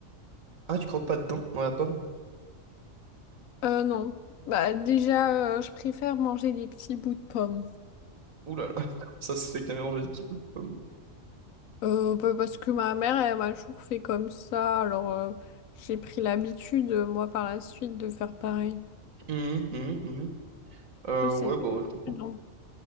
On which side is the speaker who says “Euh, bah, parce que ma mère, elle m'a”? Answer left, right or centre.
Left